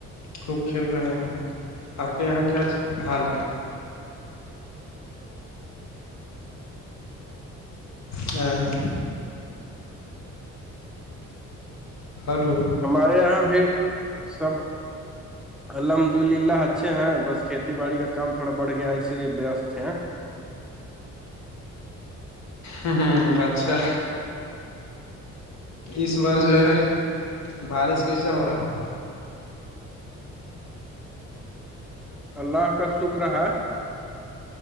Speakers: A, on the left; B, in the centre.
A: خوب کھیل رہے ہیں آپ کے یہاں کیا حال ہے اچھا ہلو
B: ہمارے یہاں بھی سب الحمد للہ اچھے ہیں بس کھیتی باڑی کا کام تھوڑا بڑ گیا ہے اسی لیے وست ہے
A: ہ اچھا اس بار جو ہے بارش کیسا ہو رہا ہے
B: اللہ کا شکر ہے